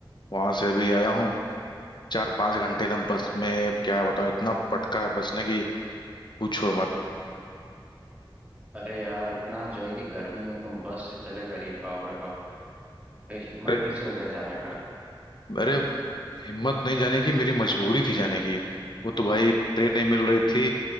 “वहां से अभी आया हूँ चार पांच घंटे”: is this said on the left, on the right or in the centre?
Left